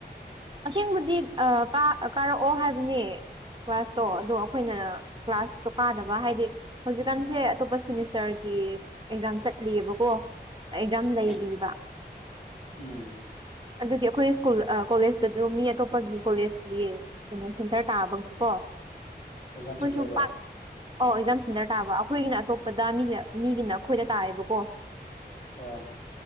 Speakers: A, on the right; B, on the left.
A: ꯑꯁꯦꯡꯕꯗꯤ ꯀꯥꯔꯛꯑꯣ ꯍꯥꯏꯕꯅꯦ꯫ ꯀ꯭ꯂꯥꯁꯇꯣ ꯑꯗꯣ ꯑꯩꯈꯣꯏꯅ ꯀ꯭ꯂꯥꯁꯇꯣ ꯀꯥꯗꯕ ꯍꯥꯏꯗꯤ꯫ ꯍꯧꯖꯤꯛꯀꯥꯟꯁꯦ ꯑꯇꯣꯞꯄ ꯁꯦꯃꯤꯁꯇꯔꯒꯤ ꯑꯦꯛꯖꯥꯝ ꯆꯠꯂꯤꯑꯦꯕꯀꯣ꯫ ꯑꯦꯛꯖꯥꯝ
B: ꯑꯣ
A: ꯂꯩꯕ
B: ꯎꯝ
A: ꯑꯗꯨꯗꯤ ꯑꯩꯈꯣꯏ ꯁ꯭ꯀꯨꯜ ꯑꯥ ꯀꯣꯂꯦꯖ꯫ ꯇꯁꯨ ꯃꯤ ꯑꯇꯣꯞꯄꯒꯤ ꯀꯣꯂꯦꯖꯀꯤ ꯀꯩꯅꯣ ꯁꯦꯟꯇꯔ ꯇꯥꯕꯒꯤꯀꯣ꫰꫰
B: ꯑꯦꯛꯖꯥꯝ ꯁꯦꯟꯇꯔꯔꯣ
A: ꯈꯣꯏꯁꯨ ꯄꯛ꯫ ꯑꯧ ꯑꯦꯛꯖꯥꯝ ꯁꯦꯟꯇꯔ ꯇꯥꯕ ꯑꯩꯈꯣꯏꯒꯤꯅ ꯑꯇꯣꯞꯄꯗ ꯃꯤꯒꯤ ꯃꯤꯒꯤꯅ ꯑꯩꯈꯣꯏꯗ ꯇꯥꯑꯦꯕꯀꯣ꯫
B: ꯑꯣ꯫